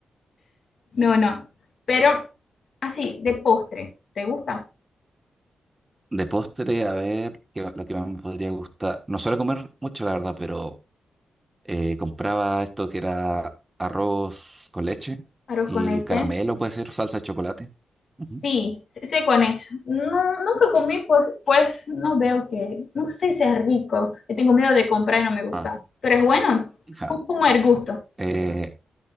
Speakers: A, on the left (about 65°); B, on the right (about 20°).
A: No, no. Pero así, de postre, ¿te gusta?
B: De postre, a ver, que lo que más me podría gustar. No suelo comer mucho, la verdad, pero eh, compraba esto que era arroz con leche
A: Arroz
B: y
A: con leche.
B: caramelo, puede ser salsa de chocolate.
A: Sí,
B: Ujú.
A: sí, sí, con eso. No, nunca comí, pues, pues no veo que, no sé si sea rico. Yo tengo miedo de comprar y no me gusta.
B: Ah,
A: Pero es bueno,
B: ja.
A: es como el gusto,
B: Eh,